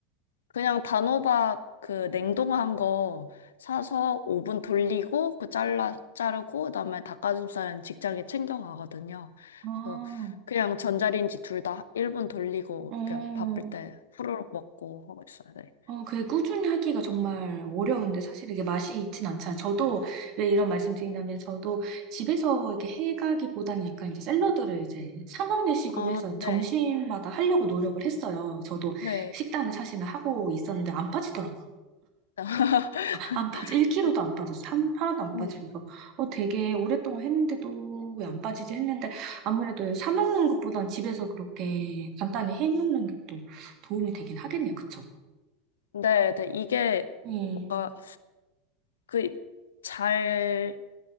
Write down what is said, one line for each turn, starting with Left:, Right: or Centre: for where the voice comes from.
Left: 그냥 단호박 그 냉동한 거 사서 오븐 돌리고 그 잘라 자르고 그다음에 닭가슴살은 직장에 챙겨 가거든요.
Right: 아,
Left: 그래서 그냥 전자레인지 둘 다 1분 돌리고
Right: 어,
Left: 이렇게 바쁠 때 후루룩 먹고 하고 있어요. 네.
Right: 어, 그게 꾸준히 하기가 정말 어려운데 사실 이게 맛이 있진 않잖아요. 저도 왜 이런 말씀 드린다면 저도 집에서 이렇게 해가기보다는 약간 이제 샐러드를 이제 사 먹는 식으로
Left: 아,
Right: 해서
Left: 네.
Right: 점심마다 하려고 노력을 했어요. 저도
Left: 네.
Right: 식단을 사실은 하고 있었는데 안 빠지더라고요.
Left: <laughs>
Right: 안 빠져. 1kg도
Left: 네,
Right: 안 빠졌어. 한 하나도 안
Left: 음.
Right: 빠지고 어 되게 오랫동안 했는데도 왜 안 빠지지 했는데 아무래도 사 먹는 것보단 집에서 그렇게 간단히 해 먹는 게 또 도움이 되긴 하겠네요. 그쵸?
Left: 네. 네. 이게
Right: 네.
Left: 뭔가 그잘